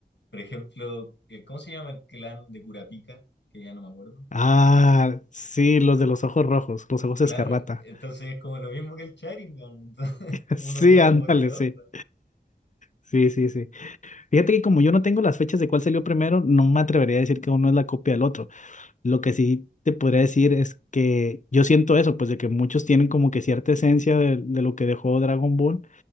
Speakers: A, on the left; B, on the left.
A: por ejemplo, eh, ¿cómo se llama el clan de Curapica? Que ya no me acuerdo.
B: ah, sí, los de los ojos rojos, los ojos
A: Claro,
B: escarlata.
A: entonces es como lo mismo que el Sharingan, entonces
B: <laughs>
A: <laughs>
B: Sí,
A: uno queda
B: ándale,
A: como, ¿qué onda?
B: sí. Sí, sí, sí. Fíjate que como yo no tengo las fechas de cuál salió primero, no me atrevería a decir que uno es la copia del otro. Lo que sí te podría decir es que yo siento eso, pues de que muchos tienen como que cierta esencia de, de lo que dejó Dragon Ball